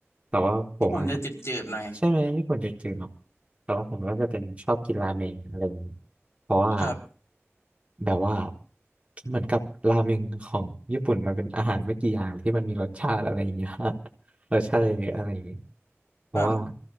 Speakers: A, on the right (about 30°); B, on the left (about 80°).
A: แต่ว่าผมอ่ะ
B: ญี่ปุ่นจะจืดๆหน่อย
A: ใช่ไหมญี่ปุ่นจะจืดเนาะแต่ว่าผมก็จะเป็นชอบกินราเมงอะไรอย่างนี้เพราะว่า
B: ครับ
A: แบบว่าเหมือนกับราเมงของญี่ปุ่นมันเป็นอาหารไม่กี่อย่างที่มันมีรสชาติอะไรอย่างเงี้ย <laughs> รสชาติอะไรอย่างเงี้ยเพราะว่า
B: ครับ